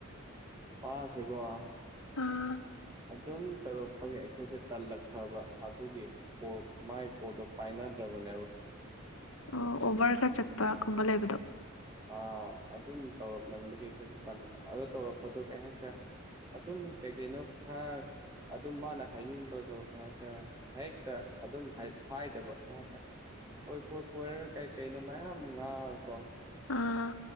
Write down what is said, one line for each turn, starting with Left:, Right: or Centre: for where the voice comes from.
Right: ꯑꯉꯥꯡꯁꯦꯀꯣ
Left: ꯑ
Right: ꯑꯗꯨꯝ ꯇꯧꯔꯛꯄꯒꯤ ꯑꯩꯈꯣꯏꯁꯦ ꯇꯜꯂꯛꯈ꯭ꯔꯕ ꯑꯗꯨꯒꯤ ꯀꯣꯜ--ꯃꯥꯒꯤ ꯀꯣꯜꯗꯣ ꯄꯥꯏꯅ <unintelligible>
Left: ꯑꯣ ꯑꯣꯕꯔ ꯈꯔ ꯆꯠꯄ ꯒꯨꯝꯕ ꯂꯩꯕꯗꯣ
Right: ꯑ ꯑꯗꯨꯝ ꯇꯧꯔꯛꯃꯟꯕꯩ ꯑꯩꯈꯣꯏꯗꯣ ꯇꯟ <unintelligible> ꯑꯗꯣ ꯇꯧꯔꯛꯄꯗꯣ ꯀꯩ <unintelligible> ꯑꯗꯨꯝ ꯀꯩ ꯀꯩꯅꯣ ꯈꯔ ꯑꯗꯨꯝ ꯃꯥꯅ ꯍꯥꯏꯅꯤꯡꯕꯗꯣ ꯀꯩ ꯍꯥꯏꯁꯤꯔ ꯍꯦꯛꯇ ꯑꯗꯨꯝ ꯍꯥꯏ ꯍꯥꯏꯗꯕ ꯀꯩ ꯍꯥꯏꯁꯤꯔ ꯑꯣꯏ ꯀꯣꯏ ꯀꯣꯏꯔ ꯀꯩ ꯀꯩꯅꯣ ꯃꯌꯥꯝ ꯉꯥꯡꯉꯀꯣ
Left: ꯑꯥ